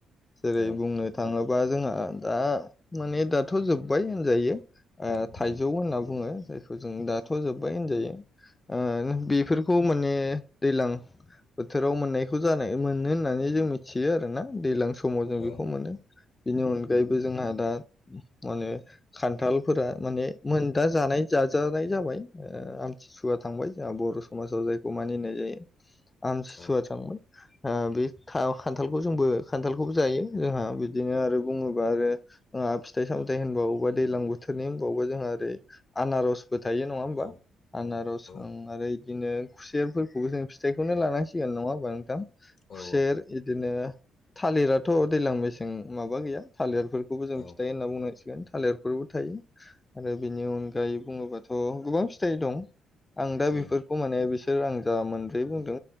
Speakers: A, on the left; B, on the left.
A: जेरै
B: हागोन नामा नोंथाङा औ
A: बुंनो थाङोबा जोंहा दा माने दाथ' जोब बाय होनजायो ओ
B: औ
A: थाइजौ होनना बुङो जायखौ जों दाथ' जोबबाय होनजायो। ओ बेफोरखौ माने दैलां बोथोराव मोननायखौ जानाय मोनो होननानै जोंङो मिथियो आरोना दैलां सम समाव जों
B: औ
A: बेखौ मोनो बिनि अनगायैबो जोंहा दा। माने खान्थालफोरा माने मोनदा जानाय जाजानाय जाबाय ओ आमथिसुवा। थांबाय जोंहा बर' समाजाव जायखौ मानिनाय जायो आमसुसुवा
B: औ
A: थांबाय। ओ बे थाव खान्थालखौ जोंबो खान्थालखौबो जायो। जोंहा बिदिनो आरो बुङोबा आरो जोंहा फिथाइ सामथायाइ होनबावबा दैज्लां बोथोरनि होनबावबा जोंहा ओरै आनारसबो थायो नङा होमबा
B: औ
A: आनारस
B: औ
A: ओ बिदिनो खुसेरफोरखौबो जों फिथाइखौनो लानांसिगोन नङा होमबा नोंथां
B: औ
A: खुसेर बिदिनो थालिराथ' दैज्लां मेसें माबा गैया थालिरफोरखौबो जों
B: औ
A: फिथाइ होनना बुंनां गोन थालिरफोरबो थायो आरो बिनि अनगायै बुङोबाथ' गोबां फिथाइ दं। आं दा
B: उम
A: बेफोरखौ माने बे आं जा मोनब्रै बुंदों